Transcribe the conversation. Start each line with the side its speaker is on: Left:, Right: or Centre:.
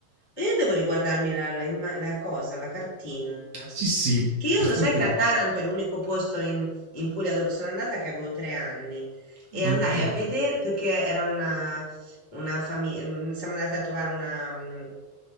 Left: Io devo riguardarmi la, la imma- la cosa, la cartina.
Right: Sì, sì.
Left: Che io
Right: Extraterrestri.
Left: lo sai che a Taranto è l'unico posto in, in Puglia dove sono andata che avevo tre anni e
Right: Ah,
Left: andai
Right: ok.
Left: a vedere perché era una, una famiglia, siamo andati a trovare una, mm,